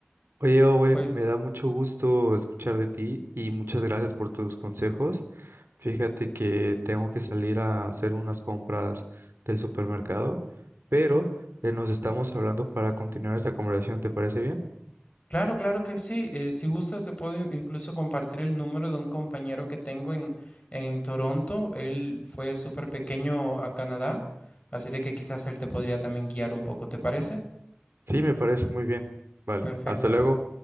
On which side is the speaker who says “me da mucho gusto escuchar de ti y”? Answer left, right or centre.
Right